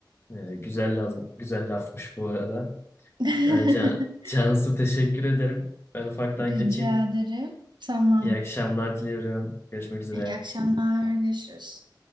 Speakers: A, on the left; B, on the right.
A: Ee, güzel lazım, güzel lafmış bu arada.
B: <laughs>
A: Ee, Can, Cansu teşekkür ederim. Ben ufaktan
B: Rica
A: kaçayım.
B: ederim. Tamam.
A: İyi akşamlar diliyorum. Görüşmek üzere.
B: İyi akşamlar. Görüşürüz.